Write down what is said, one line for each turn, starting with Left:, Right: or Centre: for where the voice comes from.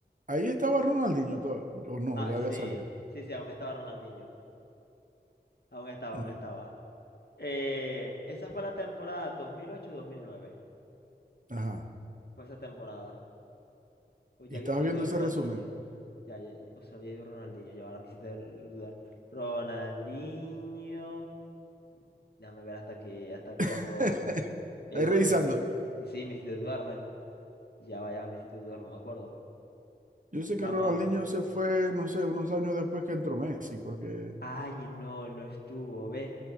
Right: ahí estaba Ronaldinho todavía. O no,
Left: ah,
Right: ya
Left: sí,
Right: había salido.
Left: sí, sí, aún estaba Ronaldinho, aún estaba,
Right: Ujú.
Left: aún estaba. Eh, esa fue la temporada dos dos mil ocho mil nueve
Right: Ajá.
Left: fue esa temporada. O ya
Right: Y
Left: había
Right: estabas
Left: salido
Right: viendo ese
Left: Ronaldinho,
Right: resumen.
Left: ya, ya- o se había ido Ronaldinho, ya ahora me hiciste r- dudar. Ronaldinho, déjame ver hasta que, hasta cuando,
Right: <laughs>
Left: ya
Right: Ahí
Left: iba,
Right: revisando.
Left: que me, sí, sí, me hiciste dudar, man. Ya vaya, me hiciste dudar, no me acuerdo.
Right: Yo
Left: Vamos
Right: sé que Ronaldinho se fue, no sé, unos años después que entró Messi, porque.
Left: Ay, no, no estuvo, ¿ves?